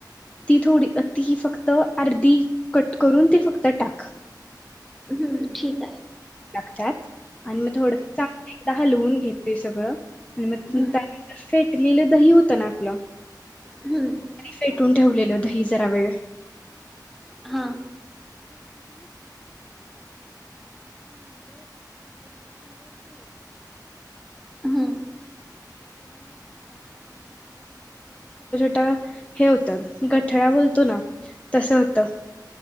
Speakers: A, on the left; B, in the centre.
A: ती थोडी ती फक्त अर्धी कट करून ती फक्त टाक.
B: हम्म ठीक हाय
A: काय? आणि म थोडस चाक मीठ आता हलवून घे ते सगळं. <unintelligible> त्यानंतर
B: हं,
A: फेटलेल दही होत ना आपल.
B: हम्म
A: फेटून ठेवलेलं दही जरावेळ
B: हां हं,
A: त्या हे होतं गठला बोलतो ना तस होत.